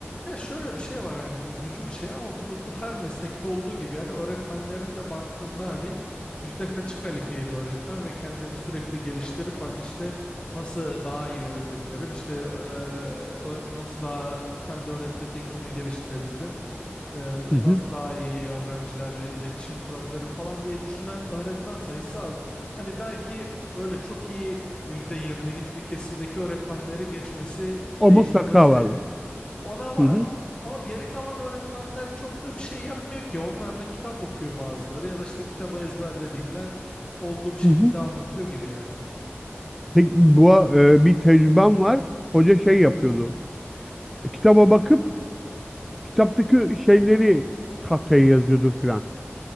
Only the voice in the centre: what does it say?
Hı hı.
O mutlaka vardır.
Hı hı.
Hı hı.
Peki bu e, bir tecrübem var. Hoca şey yapıyordu. E, Kitaba bakıp kitaptaki şeyleri tahtaya yazıyordu filan.